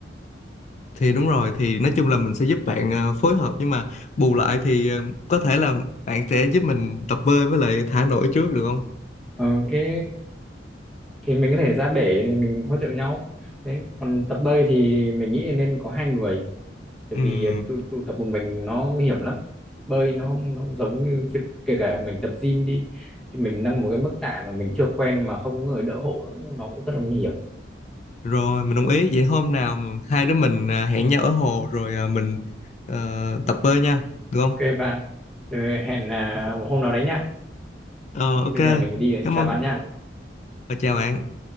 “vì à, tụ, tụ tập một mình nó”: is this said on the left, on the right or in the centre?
Centre